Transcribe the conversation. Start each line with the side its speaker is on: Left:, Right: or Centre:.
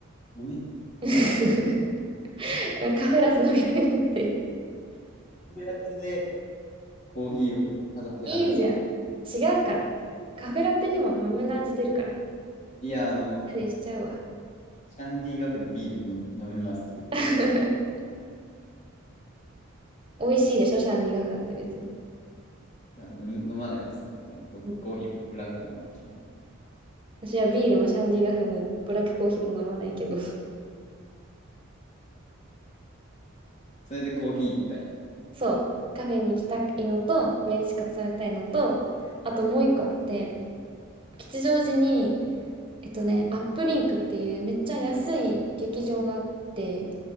Left: ごめん。
Right: <laughs> カフェラテ飲みかけになって。
Left: 手当てでコーヒーを飾ってはる。
Right: いいじゃん。違うから。カフェラテにも豆の味出るから。
Left: いや、あの、
Right: でしちゃうわ。
Left: キャンディーガフでビール飲む飲めますとか言って、
Right: <laughs> 美味しいでしょ、シャンディガフだって別に。
Left: まあ飲む飲まないんですけどね。僕、
Right: うん、
Left: コーヒーもブラックなんで、基本。
Right: 私はビールもシャンディガフもブラックコーヒーも飲まないけど。
Left: それでコーヒー行ったんや。
Right: <laughs> そう。カフェに行きたいのと、メンチカツ食べたいのと、あともう一個あって、吉祥寺に、えっとね、アップリンクっていうめっちゃ安い劇場があって、